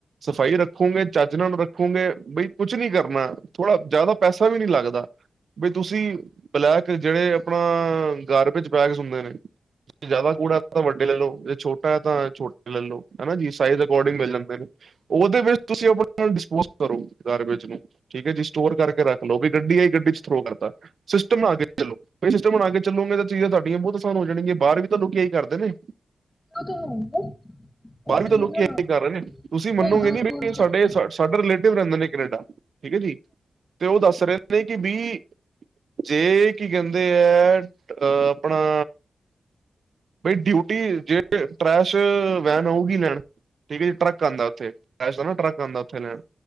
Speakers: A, on the right; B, on the left.
A: ਸਫ਼ਾਈ ਰੱਖੋਗੇ ਚੱਜ ਨਾਲ ਰੱਖੋਗੇ ਬਈ ਕੁਛ ਨੀ ਕਰਨਾ ਥੋੜਾ ਜਾਦਾ ਪੈਸਾ ਵੀ ਨੀ ਲੱਗਦਾ। ਬੀ ਤੁਸੀਂ, ਬਲੈਕ ਜੇੜੇ ਆਪਣਾ ਗਾਰਬੇਜ ਬੈਗਜ਼ ਹੁੰਦੇ ਨੇ, ਜਾਦਾ ਕੂੜਾ ਤਾਂ ਵੱਡੇ ਲੈ ਲੋ ਜੇ ਛੋਟਾ ਐ ਤਾਂ ਛੋਟੇ ਲੈ ਲੋ ਹਨਾ ਜੀ ਸਾਈਜ਼ ਅਕੋਡਿੰਗ ਮਿਲ ਜਾਂਦੇ ਨੇ ਓਦੇ ਵਿੱਚ ਤੁਸੀਂ ਆਪਣਾ ਡਿਸਪੋਜ ਕਰੋ ਗਾਰਬੇਜ ਨੂੰ। ਠੀਕ ਐ ਜੀ ਸਟੋਰ ਕਰਕੇ ਰੱਖ ਲਓ ਵੀ ਗੱਡੀ ਆਈ ਗੱਡੀ ਚ ਥਰੋ ਕਰਤਾ, ਸਿਸਟਮ ਆ ਗਿਆ ਚਲੋ, ਬੀ ਸਿਸਟਮ ਬਣਾ ਕੇ ਚੱਲੋਗੇ ਤਾਂ ਚੀਜ਼ਾਂ ਤੁਹਾਡੀਆਂ ਬਹੁਤ ਅਸਾਨ ਹੋ ਜਾਣਗੀਆਂ ਬਾਰ ਵੀ ਤਾਂ ਲੋਕ ਐਈ ਕਰਦੇ ਨੇ।
B: <inaudible> ਉਹ
A: ਬਾਰ
B: ਕਹਿੰਦੇ
A: ਵੀ ਤਾਂ ਲੋਕੀ
B: ਨਾ
A: ਐਈ ਕਰ ਰੇ ਨੇ, ਤੁਸੀਂ ਮੰਨੋਗੇ
B: ਪੈਸਾ
A: ਨੀ
B: ਕੌਣ
A: ਵੀ
B: ਕਮਾਏ
A: ਸਾਡੇ ਸਾ ਸਾਡੇ ਰਿਲੇਟਿਵ ਰਹਿੰਦੇ ਨੇ ਕੈਨੇਡਾ, ਠੀਕ ਐ ਜੀ, ਤੇ ਓ ਦਸ ਰੇ ਨੇ ਕਿ ਬੀ ਜੇ ਕੀ ਕਹਿੰਦੇ ਐ, ਅਹ ਆਪਣਾ ਬਈ ਡਿਊਟੀ ਜੇ ਟਰੈਸ਼ ਵੈਨ ਆਊਗੀ ਲੈਣ ਟੀਵੀ ਦੀ ਟਰੱਕ ਆਂਦਾ ਓਥੇ ਐਸਾ ਨਾ ਟਰੱਕ ਆਂਦਾ ਓਥੇ ਲੈਨ।